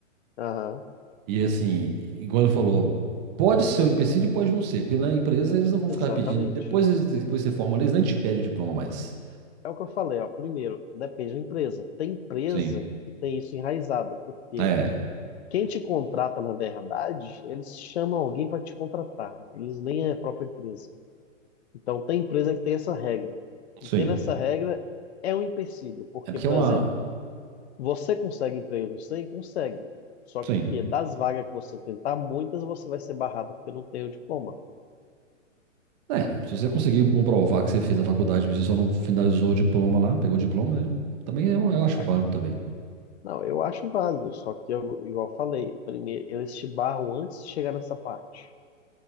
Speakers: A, on the left; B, on the right.
A: Aham,
B: E assim, igual ele falou, pode ser um empecilho e pode não ser, porque na empresa eles não vão
A: exatamente.
B: ficar pedindo. Depois, eles- depois que você forma, eles nem te pedem o diploma mais.
A: É o que eu falei, ó. Primeiro, depende da empresa. Tem empresa
B: Sim.
A: que tem isso enraizado, porque
B: É,
A: quem te contrata, na verdade, eles chamam alguém para te contratar. Eles nem é a própria empresa. Então, tem empresa que tem essa regra. E
B: sim.
A: tendo essa regra, é um empecilho, porque,
B: É porque
A: por
B: é uma.
A: exemplo, Você consegue emprego? Sim, consegue. Só
B: Sim.
A: que o quê? Das vagas que você tentar, muitas você vai ser barrado porque não tem o diploma.
B: É, se você conseguir comprovar que você fez a faculdade, mas você só não finalizou o diploma lá, pegou o diploma, né? Também é uma- eu acho
A: A-
B: válido também.
A: Não, eu acho válido, só que eu, igual eu falei, primeiro eles te barram antes de chegar nessa parte.